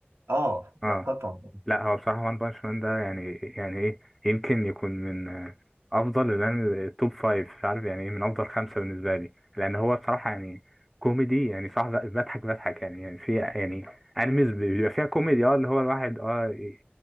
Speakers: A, on the right (about 80°); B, in the centre.
A: اه
B: اه
A: لا قطعا
B: لا هو بصراحة وان بانش مان ده يعني يعني ايه يمكن يكون من آه، افضل لان التوب فايف مش عارف يعني ايه من افضل خمسة بالنسبة لي لان هو بصراحة يعني كوميدي يعني صح ب- بضحك بضحك يعني يعني في يعني انميز بيبقى فيها كوميدي اه اللي هو الواحد اه ي-